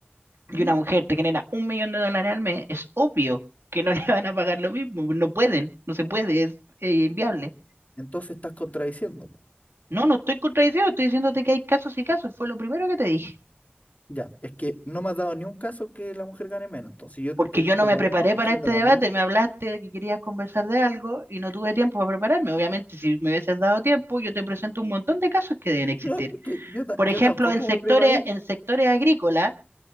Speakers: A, on the left (about 40°); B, on the right (about 85°).
A: ¿Mm?
B: y una mujer te genera un millón de dólares al mes, es obvio que no <laughs> le van a pagar lo mismo, no pueden, no se puede, es eh, inviable.
A: Entonces estás contradiciendo, po.
B: No, no estoy contradiciendo, estoy diciéndote que hay casos y casos, fue lo primero que te dije.
A: Ya, es que no me has dado ni un caso que la mujer gane menos. Entonces yo
B: Porque
A: te di
B: yo
A: como
B: no me preparé
A: uno
B: para
A: haciendo
B: este
A: la
B: debate,
A: misma.
B: me
A: <laughs>
B: hablaste de que querías conversar de algo y no tuve tiempo para prepararme. Obviamente, si me hubieses dado tiempo, yo te presento un montón de casos que deben existir.
A: No, es que yo, ta-
B: Por
A: yo
B: ejemplo,
A: tampoco
B: en sectores,
A: me preparé.
B: en sectores agrícolas,